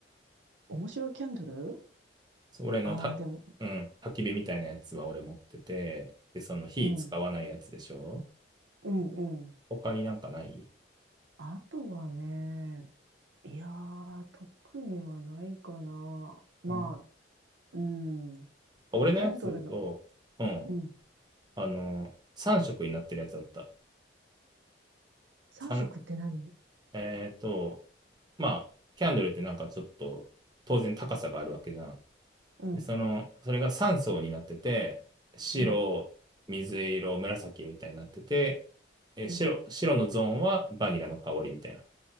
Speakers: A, on the right; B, on the right.
A: 面白いキャンドル
B: そう俺のた、
A: ああー、でも、
B: うん、焚き火みたいなやつは俺持ってて、で、その火使わないやつでしょ
A: うん。うんうん。
B: 他になんかない、
A: あとはね、いやー、特にはないかな。まあ、
B: うん、
A: うん。
B: 俺のやつと、
A: キャンドルの、
B: うん、
A: うん。
B: あの、3色になってるやつだった。
A: 3色って何
B: 三えっ、ー、と、まあ、キャンドルってなんかちょっと、当然高さがあるわけじゃん。
A: うん、
B: で、その、それが3層になってて、白、
A: うん、
B: 水色、紫みたいになってて、え白、
A: うん。
B: 白のゾーンはバニラの香りみたいな。